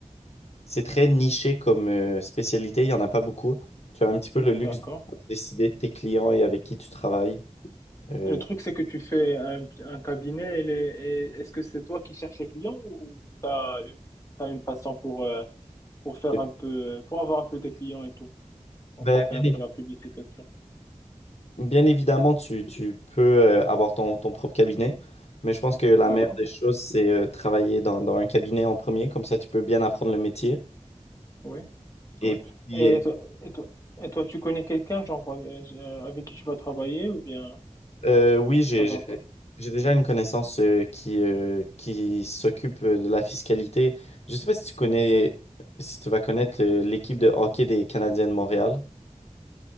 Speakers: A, on the left (about 55°); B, on the left (about 25°).
A: c'est très niché comme euh, spécialité. Il y en a pas beaucoup. Tu as un petit peu le luxe
B: d'accord.
A: de décider de tes clients et avec qui tu travailles. Euh,
B: Le truc, c'est que tu fais un, un cabinet, et les- et est-ce que c'est toi qui cherches les clients ou tu as, une t'as une façon pour, euh, pour faire
A: Ben,
B: un peu, pour avoir un peu des clients et tout, pour
A: bien,
B: pour faire
A: évi-
B: un peu la publicité de ça.
A: bien évidemment, tu, tu peux euh, avoir ton, ton propre cabinet, mais je pense que la
B: D'accord?
A: meilleure des choses, c'est euh, travailler dans, dans un cabinet en premier, comme ça tu peux bien apprendre le métier.
B: Oui,
A: Et
B: oui.
A: puis,
B: Et
A: euh,
B: toi, et toi, et toi, tu connais quelqu'un, genre, euh, euh, avec qui tu vas travailler ou bien
A: euh, oui, j'ai,
B: pas
A: j'ai
B: encore?
A: j'ai déjà une connaissance euh, qui, euh, qui s'occupe euh, de la fiscalité. Je sais pas si tu connais, si tu vas connaître euh, l'équipe de hockey des Canadiens de Montréal.